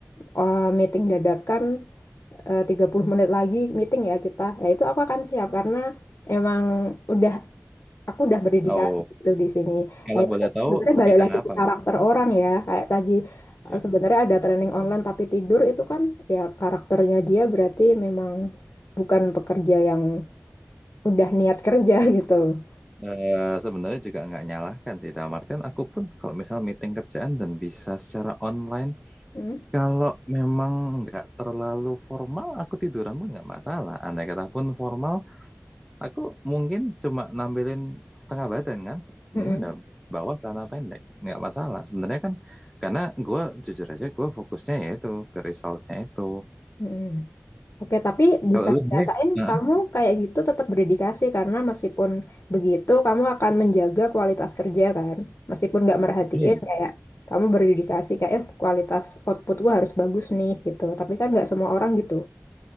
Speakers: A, on the left (about 70°); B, in the centre.
A: eh, meeting dadakan uh, 30 menit lagi meeting ya kita. Nah, itu aku akan siap karena emang udah aku udah berdedikasi
B: Oh,
A: gitu di sini.
B: kalau
A: Nah, itu
B: boleh tahu
A: sebenarnya balik
B: bidang
A: lagi
B: apa?
A: ke karakter orang ya. Kayak tadi
B: Iya,
A: eh, sebenarnya ada training
B: betul.
A: online tapi tidur itu kan ya karakternya dia berarti memang bukan pekerja yang udah niat kerja <laughs> gitu.
B: Eh, sebenarnya juga nggak nyalahkan sih, dalam artian aku pun kalau misal meeting kerjaan dan bisa secara online,
A: Hmm?
B: kalau memang nggak terlalu formal, aku tiduran pun nggak masalah. Andai kata pun formal, Aku mungkin cuma nampilin setengah badan kan. Hmm,
A: Mm-mm.
B: udah bawa celana pendek. Nggak masalah. Sebenarnya kan karena gue jujur aja gue fokusnya ya itu ke resultnya itu.
A: Mm-mm. Oke, tapi
B: Kalau
A: bisa
B: lu
A: dikatain
B: sendiri, nah,
A: kamu kayak gitu tetap berdedikasi karena meskipun begitu kamu akan menjaga kualitas kerja kan. Meskipun nggak merhatiin
B: iya
A: kayak kamu berdedikasi kayak "Eh, kualitas output gua harus bagus nih gitu. Tapi kan nggak semua orang gitu.